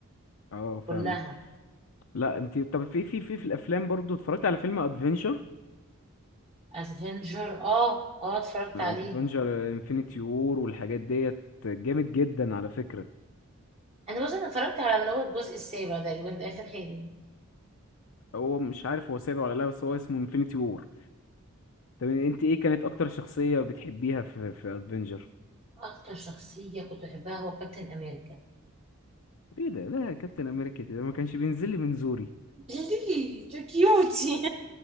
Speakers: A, on the left; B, on the right.
A: اه فاهمك
B: كلها
A: لا انت طب في في في في الافلام برضو اتفرجت على فيلم ادفنجر
B: افنجر اه اه اتفرجت
A: ادفنجر
B: عليه
A: انفينيتي وور والحاجات ديت جامد جدا على فكره
B: انا بص انا اتفرجت على اللي هو الجزء السابع ده اللي ده اخر حاجه
A: هو مش عارف هو سابع ولا لا بس هو اسمه انفينيتي وور طب انت ايه كانت اكتر شخصيه بتحبيها في في ادفنجر
B: اكتر شخصيه كنت بحبها هو كابتن امريكا
A: ايه ده لا كابتن امريكا ده ما كانش بينزل لي من زوري
B: ليه ده كيوتي